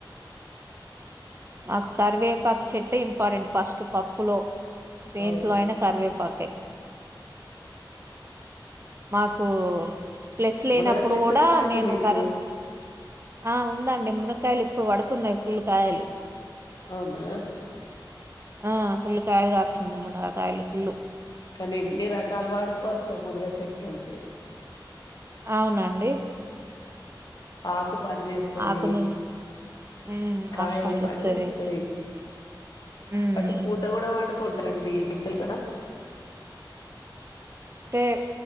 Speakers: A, on the right (about 30°); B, on the left (about 50°).
A: మాకు కరివేపాకు చెట్టు ఇంపార్టెంట్ ఫస్ట్ పప్పులో దేంట్లో
B: అవును
A: అయిన కరివేపాకే మాకు ప్లస్ లేనప్పుడు
B: మునగ చెట్టు
A: కూడా
B: ఉందా అండి
A: నేను
B: మీకు
A: కరివే ఆ ఉందండి మునక్కయలు ఇప్పుడు పడుతున్నాయి ఫుల్ కాయలు
B: అవునా
A: ఆ ఫుల్లు కాయలు కాస్తుంది మునగకాయలు ఫుల్లు
B: కానీ ఎన్ని రకాలు వాడుకోవచ్చో మునగచెట్టు ఉంటే
A: అవునండి
B: ఆకు పనిచేస్తాంది
A: ఆకుని ఉమ్
B: కాయలు
A: ఆకు పని చేేస్తది
B: పనిచేస్తాయి
A: ఉమ్
B: వాటి పూత కూడా వండుకుంటరండి మీకు తెల్సా
A: అంటే